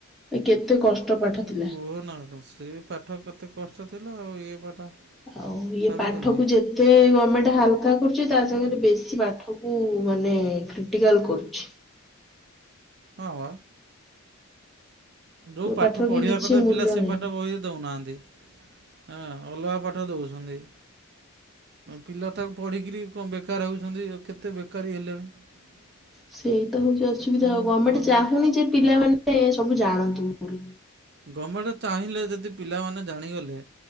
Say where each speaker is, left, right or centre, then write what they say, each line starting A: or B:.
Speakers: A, in the centre; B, on the right.
A: କେତେ କଷ୍ଟ ପାଠ
B: ଆ
A: ଥିଲା
B: କୁହନା ସେ ପାଠ କେତେ କଷ୍ଟ ଥିଲା ଆଉ ଇଏ ପାଠ।
A: ଆଉ ଇଏ
B: ଛାଡ଼ିବନି
A: ପାଠକୁ ଯେ ତେ ଗମେଣ୍ଟ ହାଲକା କରୁଛି ତା ସାଙ୍ଗରେ ବେଶୀ ପାଠକୁ ମାନେ କ୍ରିଟିକାଲ୍ କରୁଛି।
B: ହଁ। ଯୋଉ ପାଠ
A: ପାଠର
B: ପଢ଼ିବା
A: କି କିଛି
B: କଥା
A: ମୂଲ୍ୟ
B: ପିଲା ସେ
A: ନାହିଁ।
B: ପାଠ ବହିରେ ଦୋଉନାହାନ୍ତି। ଆ ଅଲଗା ପାଠ ଦଉଛନ୍ତି। ପିଲା ତାକୁ ପଢିକିରି କଣ ବେକାର ହେଉଛନ୍ତି କେତେ ବେକାରୀ ହେଲେଣି। <unintelligible>
A: ସେଇ ତ ହୋଉଚି ଅସୁବିଧା
B: କ'ଣ
A: ଆଉ ଗମେଣ୍ଟ
B: କହିବେ
A: ଚାହୁଁନି ଯେ ପିଲାମାନେେ ସବୁ ଜାଣନ୍ତୁ ବୋଲି।
B: ଗମେଣ୍ଟ ଚାହିଁଲେ ଯଦି ପିଲାମାନେ ଜାଣିଗଲେ